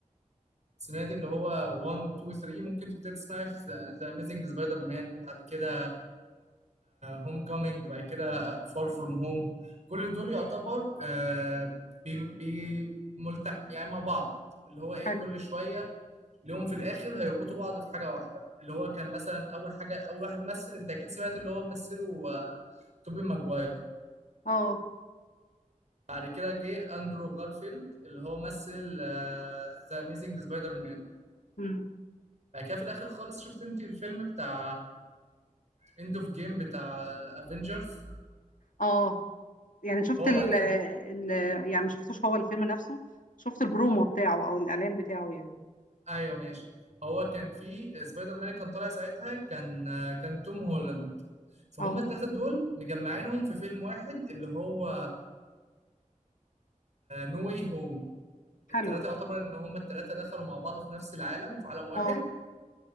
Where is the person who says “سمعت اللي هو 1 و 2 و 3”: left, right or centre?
Right